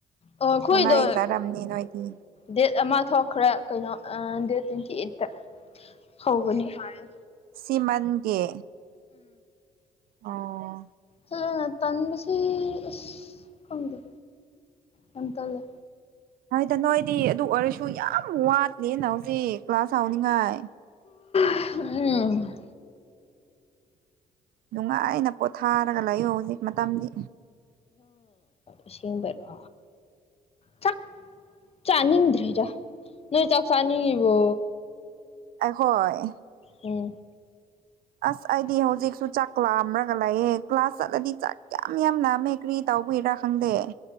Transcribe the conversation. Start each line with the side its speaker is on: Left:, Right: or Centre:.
Left: ꯑꯣ ꯑꯩꯈꯣꯏꯗꯣ
Right: ꯅꯨꯡꯉꯥꯏꯖꯔꯝꯅꯤ ꯅꯣꯏꯗꯤ
Left: ꯗꯦꯠ ꯑꯃ ꯊꯣꯛꯈ꯭ꯔꯦ ꯀꯩꯅꯣ ꯑ ꯗꯦꯠ ꯇ꯭ꯋꯦꯟꯇꯤ ꯑꯩꯠ ꯇ ꯍꯧꯒꯅꯤ ꯍꯥꯏꯌꯦ
Right: ꯁꯤꯃꯟ ꯒꯤ ꯑꯣ
Left: ꯍꯅ ꯇꯥꯟꯕꯁꯤ ꯑꯁ ꯈꯡꯗꯦ ꯌꯥꯝ ꯇꯜꯂꯦ
Right: ꯍꯗ ꯅꯣꯏꯗꯤ ꯑꯗꯨ ꯑꯣꯏꯔꯁꯨ ꯌꯥꯝ ꯋꯥꯠꯂꯦꯅ ꯍꯧꯖꯤꯛ ꯀ꯭ꯂꯥꯁ ꯍꯥꯎꯅꯤꯡꯉꯥꯏ
Left: ꯎꯝ
Right: ꯅꯨꯡꯉꯥꯏꯅ ꯄꯣꯊꯥꯔꯒ ꯂꯩꯥꯌꯨ ꯍꯧꯖꯤꯛ ꯃꯇꯝꯗꯤ
Left: ꯑꯁꯦꯡꯕꯩꯔꯣ ꯆꯥꯛ ꯆꯥꯅꯤꯡꯗ꯭ꯔꯤꯗ ꯅꯣꯏ ꯆꯥꯛ ꯆꯥꯅꯤꯡꯉꯤꯕꯣ
Right: ꯑꯍꯣꯏ
Left: ꯎꯝ
Right: ꯑꯁ ꯑꯩꯗꯤ ꯍꯧꯖꯤꯛꯁꯨ ꯆꯥꯛ ꯂꯥꯝꯔꯒ ꯂꯥꯛꯑꯦ ꯀ꯭ꯂꯥꯁ ꯆꯠꯂꯗꯤ ꯆꯥꯛ ꯌꯥꯝ ꯌꯥꯝ ꯂꯥꯃꯦ ꯀ꯭ꯔꯤ ꯇꯧ ꯇꯥꯎꯕꯩꯔ ꯈꯪꯗꯦ